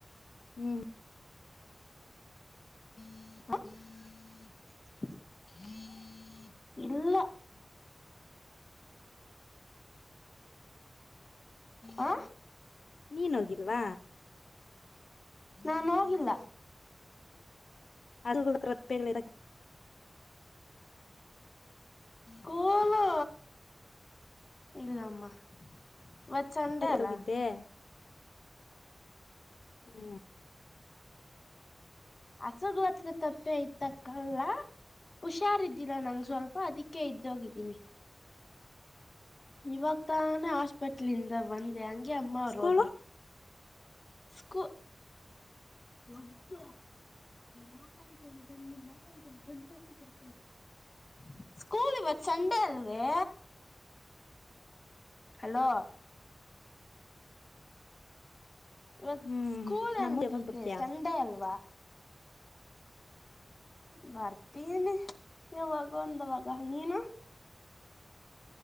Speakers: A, on the left (about 90°); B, on the left (about 45°).
A: ಹ್ಮ್
B: <unintelligible> ಇಲ್ಲ ಆ
A: ನೀನ್ ಹೋಗಿಲ್ವಾ
B: ನಾನು ಹೋಗಿಲ್ಲ
A: ಅೊ <unintelligible> ಗ್
B: ಕೋಲೋ ಇಲ್ಲಮ್ಮ ಇವತ್ ಸಂಡೆ ಅಲ್ಲ.
A: ಹೋಗಿದ್ದೆ ಹ್ಮ ಹ <inaudible>
B: ಹಸಗ್ಲತ್ರ ತಪ್ಪೆ ಐತಕ್ಕಲ್ಲ. ಹುಷಾರ್ ಇದ್ದಿಲ್ಲ ನಂಗೆ ಸ್ವಲ್ಪ ಅದಕ್ಕೆ ಇದ್ದೋಗಿದ್ದೀನಿ. ಇವಾಗ ತಾನೇ ಹಾಸ್ಪೆಟ್ಲಿಂದ ಬಂದೆ ಹಂಗೆ ಅಮ್ಮವ್ರು
A: ಸ್ಕೂಲು
B: ಹೋದ್ರು. ಸ್ಕೂ <inaudible> ಸ್ಕೂಲ್ ಇವತ್ತು ಸಂಡೆ ಅಲ್ವೇ. ಹಲೋ ಇವತ್
A: ಹ್ಮ್
B: ಸ್ಕೂಲ್
A: ನಮ್ಮ
B: ಎಂಕೈತೆ
A: ಯಾವಾಗ ಬರ್ತೀಯಾ
B: ಸಂಡೇ ಅಲ್ವಾ. ಬರ್ತೀನಿ ಯಾವಾಗ ಒಂದವಾಗ ನೀನು.